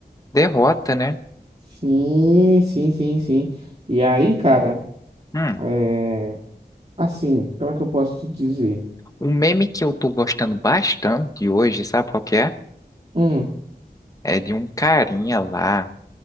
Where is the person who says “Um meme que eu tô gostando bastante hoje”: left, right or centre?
Left